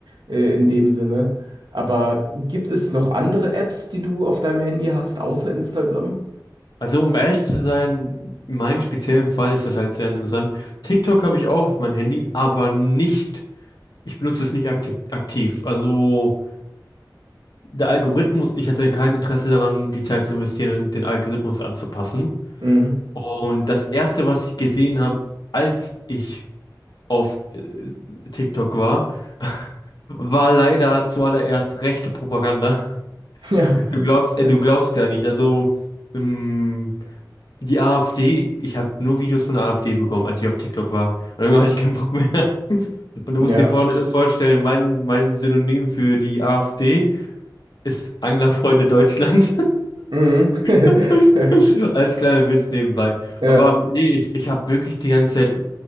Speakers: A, on the right; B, on the left.
A: äh, in dem Sinne. Aber gibt es noch andere Apps, die du auf deinem Handy hast, außer Instagram?
B: Also um ehrlich zu sein, in meinem speziellen Fall ist das halt sehr interessant. TikTok habe ich auch auf mein Handy, aber nicht, ich benutze es nicht aktiv. aktiv. Also der Algorithmus, ich hatte kein Interesse daran, die Zeit zu investieren, den Algorithmus anzupassen.
A: Mhm.
B: Und das Erste, was ich gesehen habe, als ich auf äh, TikTok war, war leider zuallererst rechte Propaganda. <laughs>
A: <laughs>
B: Du glaubst, äh,
A: Ja.
B: du glaubst gar nicht. Also ähm, Die AfD, ich habe nur Videos von der AfD bekommen, als ich auf TikTok war. Und irgendwann hatte ich keinen Bock mehr. <laughs> Und du
A: Ja.
B: musst dir vor äh, vorstellen, mein, mein Synonym für die AfD ist Anglerfreunde Deutschland.
A: Mhm. <laughs>
B: <laughs> Als kleiner Witz nebenbei.
A: Ja.
B: Aber nee, ich, ich habe wirklich die ganze Zeit